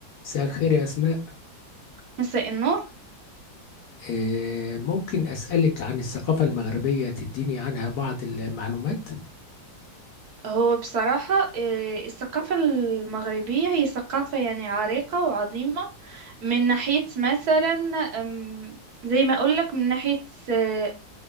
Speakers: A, on the left; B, on the right.
A: مساء الخير يا أسماء
B: مساء النور
A: آه، ممكن أسألك عن الثقافة المغربية تديني عنها بعض المعلومات؟
B: هو بصراحة آه، الثقافة المغربية هي ثقافة يعني عريقة وعظيمة من ناحية مثلا أم، زي ما أقول لك من ناحية آه،